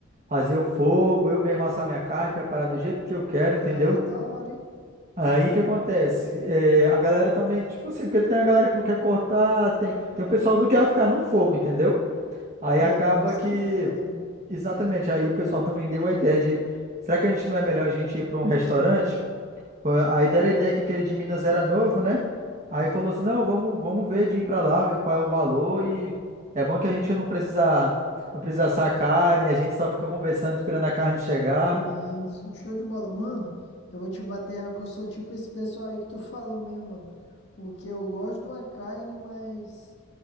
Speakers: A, on the right; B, on the left.
A: fazer o fogo, eu mesmo assar minha carne, preparar do jeito que eu quero,
B: Ah,
A: entendeu?
B: da hora, hein?
A: Aí o que acontece? É, a galera também, tipo assim, porque tem a galera que não quer cortar, tem, tem o pessoal que não quer ficar no fogo, entendeu? Aí
B: É,
A: acaba
B: mano, isso
A: que.
B: que é foda.
A: Exatamente. Aí o pessoal também deu a ideia de, será que a gente não é melhor a gente ir para um restaurante? a Aí deram a ideia que aquele de Minas era novo, né? Aí falou assim, não, vamos, vamos ver de ir para lá, ver qual é o valor e é bom que a gente não precisa, não precisa assar a carne, a gente só fica conversando esperando a carne chegar.
B: Sim, sim, show de bola. Mano, eu vou te bater, real que eu sou tipo esse pessoal aí que tu <laughs> falou mesmo, mano. Porque eu gosto de uma carne, mas